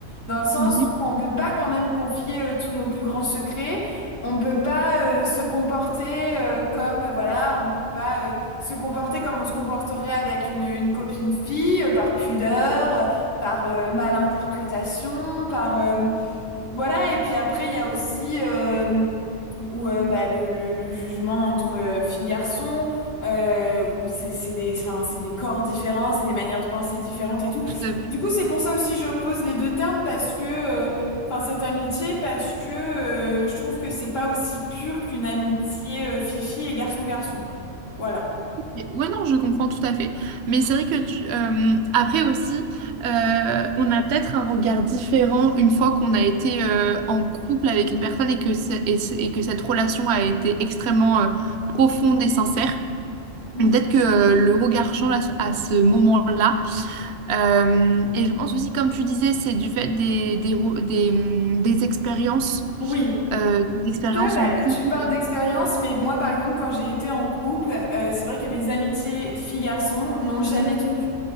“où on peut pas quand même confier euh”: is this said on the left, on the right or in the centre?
Left